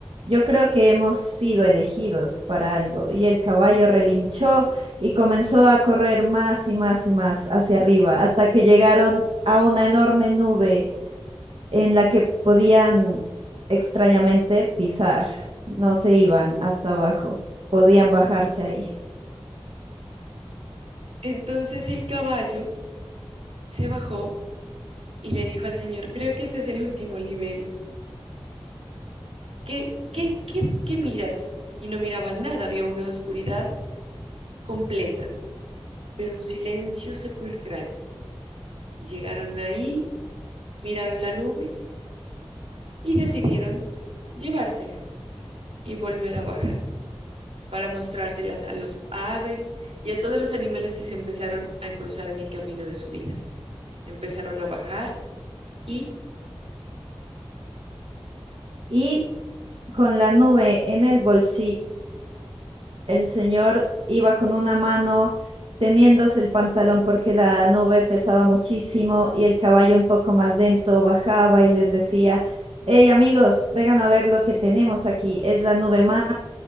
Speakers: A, on the right; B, on the right.
A: yo creo que hemos sido elegidos para algo. Y el caballo relinchó y comenzó a correr más y más y más hacia arriba hasta que llegaron a una enorme nube en la que podían extrañamente pisar, no se iban hasta abajo, podían bajarse ahí.
B: Entonces el caballo se bajó y le dijo al señor, creo que ese es el último nivel. ¿Qué, qué, qué, qué miras? Y no miraba nada, vio una oscuridad completa, pero un silencio sepulcral. Llegaron ahí, miraron la nube y decidieron llevársela. y volver a bajar para mostrárselas a los aves y a todos los animales que se empezaron a cruzar en el camino de su vida. Empezaron a bajar y
A: Y con la nube en el bolsillo, el señor iba con una mano teniéndose el pantalón porque la nube pesaba muchísimo y el caballo un poco más lento bajaba y les decía, hey amigos, vengan a ver lo que tenemos aquí, es la nube más